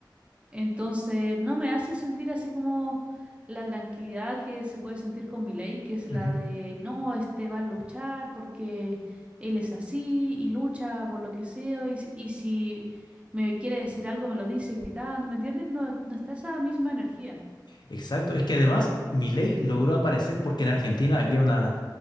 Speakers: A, on the right; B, on the left.
A: Entonces, no me hace sentir así como la tranquilidad que se puede sentir con Milei, que es la
B: Ujú.
A: de, no, este va a luchar porque él es así y lucha por lo que sea y, s- y si me quiere decir algo me lo dice gritando, ¿me entiendes? No, no está esa misma energía.
B: Exacto, es que además Milei logró aparecer porque en Argentina había una